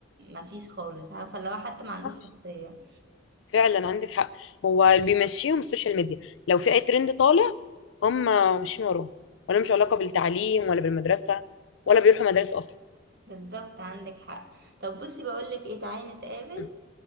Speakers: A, on the right (about 55°); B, on the left (about 65°).
A: مفيش خالص عارفة اللي هو حتى ما عندوش
B: صح
A: شخصية
B: فعلا عندك حق هو اللي بيمشيهم السوشيال ميديا لو في اي ترند طالع هم ماشيين وراه ولا مش علاقه بالتعليم ولا بالمدرسه ولا بيروحوا مدارس اصلا
A: بالظبط عندك حق طب بصي بقولك ايه تعالي نتقابل
B: م.